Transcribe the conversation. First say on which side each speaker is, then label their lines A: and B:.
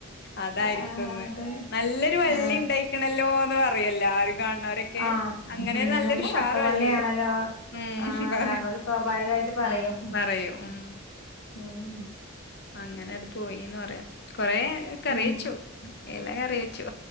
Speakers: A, on the left (about 50°); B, on the left (about 80°).
A: അതായിരിക്കുന്ന്
B: ആ അതെ
A: നല്ലൊരു വള്ളി
B: ആ
A: ഇണ്ടായ്ക്കണല്ലോ എന്ന് പറയും എല്ലാരും കാണണ ന്തോക്കെ
B: ആ
A: അങ്ങനെ
B: ഉം
A: നല്ലൊരു
B: നല്ല
A: ഉഷാറാ
B: വട്ടവള്ളിയാണല്ലോ
A: <unintelligible> ഉം
B: ആ
A: പറ
B: കാരണോല് സ്വാഭാവികായിട്ട് പറയും
A: ഉം പറയൂ ഉം
B: ഉം
A: അങ്ങനെ അത് പോയിന്ന് പറയാ കുറേ കറി
B: ഉം
A: വെച്ചു ഇല കറി വെച്ചു